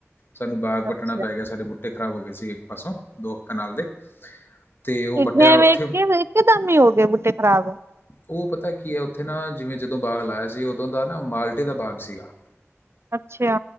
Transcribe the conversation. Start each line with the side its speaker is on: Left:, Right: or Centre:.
Left: ਸਾਨੂੰ ਬਾਗ ਪੱਟਣਾ
Right: ਅੱਛਾ
Left: ਪੈ ਗਿਆ ਸਾਡੇ ਬੂਟੇ ਖ਼ਰਾਬ ਹੋ ਗਏ ਸੀਗੇ ਇੱਕ ਪਾਸੋਂ ਦੋ ਕਨਾਲ ਦੇ ਤੇ ਉਹ
Right: ਜਵੇਂ
Left: ਪੱਟਿਆ ਉੱਥੇ
Right: ਇੱਕ ਦਮ ਹੀ ਹੋ ਗਏ ਬੂਟੇ ਖ਼ਰਾਬ
Left: ਉਹ ਪਤਾ ਕੀ ਏ ਉੱਥੇ ਨਾ ਜਿਵੇਂ ਜਦੋਂ ਬਾਗ ਲਾਆ ਸੀ ਉਦੋਂ ਦਾ ਨਾ ਮਾਲਟੇ ਦਾ ਬਾਗ ਸੀਗਾ <inaudible>
Right: ਅੱਛਾ।